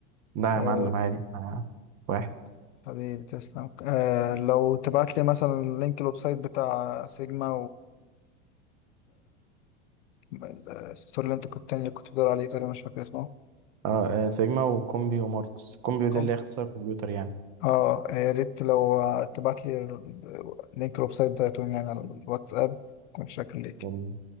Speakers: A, on the right (about 50°); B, on the left (about 75°).
A: لا يا
B: آه،
A: معلم عادي احنا واحد
B: حبيبي تسلم آه لو تبعت لي مثلا لينك الويب سايت بتاع سيجما والستور اللي انت كنت التاني اللي كنت بتقول عليه تقريبا مش فاكر اسمه
A: اه آه، سيجما وكومبي ومورتس كومبي دي
B: كوم
A: اللي هي اختصار كمبيوتر يعني
B: اه يا ريت لو تبعت لي لينك الويب سايت بتاعتهم يعني على الواتساب كنت شاكر ليك
A: بن-